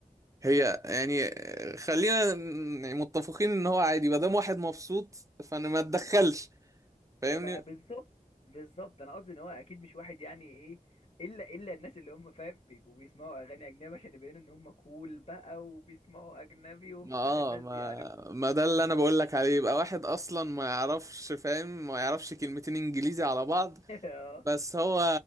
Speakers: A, on the right; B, on the left.
A: هي يعني آه، خلينا ن- يعني متفقين ان هو عادي ما دام واحد مبسوط فانا ما اتدخلش فاهمني
B: ب- ما بالظبط بالظبط انا قصدي ان هو اكيد مش واحد يعني ايه الا الا الناس اللي هم فاهم بيبقوا بيسمعوا اغاني اجنبي عشان يبينوا ان هم كول بقى وبيسمعوا اجنبي وبتاع
A: ما اه
B: الناس
A: ما
B: دي عارف
A: ما ده اللي انا بقول لك عليه يبقى واحد اصلا ما يعرفش فاهم ما يعرفش كلمتين انجليزي على بعض
B: <laughs> اه
A: بس هو